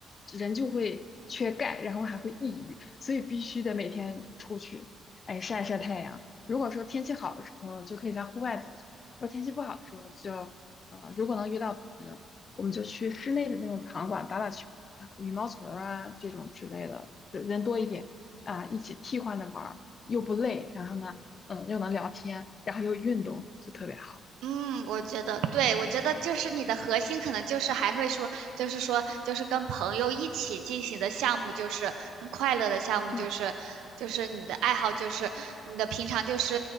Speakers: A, on the left; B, on the right.
A: 人就会缺钙，然后还会抑郁，所以必须得每天出去，哎，晒晒太阳。如果说天气好的时候，就可以在户外走走；如果天气不好的时候就，呃，如果能遇到朋友，我们就去室内的那种场馆打打球，啊，羽毛球啊这种之类的，人多一点啊，一起替换着玩儿，又不累，然后呢。嗯，又能聊天，然后又运动，就特别好。
B: 嗯，我觉得对，我觉得就是你的核心可能就是还会说，就是说，就是跟朋友一起进行的项目，就是很快乐的项目，
A: 嗯
B: 就是就是你的爱好，就是你的平常就是